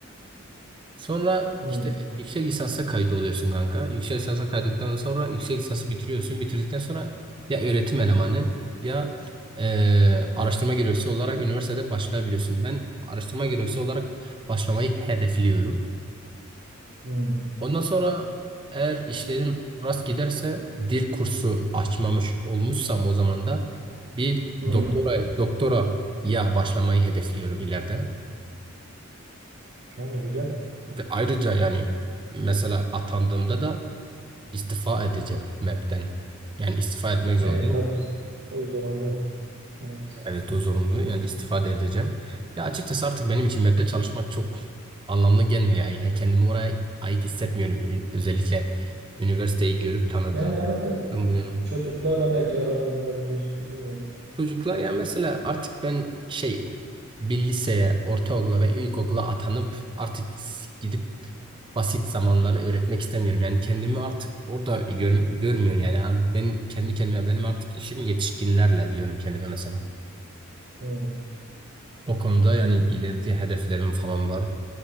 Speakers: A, on the right; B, on the right.
A: sonra
B: Hmm.
A: işte yüksek lisansa kayıt oluyorsun kanka. Yüksek lisansa kaydıktan sonra yüksek lisansı bitiriyorsun. Bitirdikten sonra ya öğretim elemanı ya e, araştırma görevlisi olarak üniversitede başlayabiliyorsun. Ben araştırma görevlisi olarak başlamayı hedefliyorum.
B: Hmm.
A: Ondan sonra eğer işlerim rast giderse dil kursu açmamış olmuşsam o zaman da bir
B: Hmm.
A: doktora doktora ya başlamayı hedefliyorum ileride.
B: Yani güzel.
A: Ve ayrıca yani mesela atandığımda da istifa edeceğim MEB'den. Yani istifa etmek zorundayım.
B: E, tabii o zorunlu. Evet.
A: Evet o zorunlu. Yani istifa da edeceğim. Ya açıkçası artık benim için MEB'de çalışmak çok anlamlı gelmiyor. Yani He- kendimi oraya ait hissetmiyorum. Ün- Özellikle üniversiteyi görüp tanıdığım
B: Yani herhalde e,
A: bu yana.
B: çocuklarla belki aran olmayabilir. Bilmiyorum.
A: Çocuklar ya mesela artık ben şey bir liseye, ortaokula ve ilkokula atanıp artık gidip basit zamanları öğretmek istemiyorum. Yani kendimi artık orada gör, görmüyorum. Yani abi benim kendi kendime benim artık işim yetişkinlerle diyorum kendime mesela.
B: Hı.
A: O konuda yani ileride hedeflerim falan var.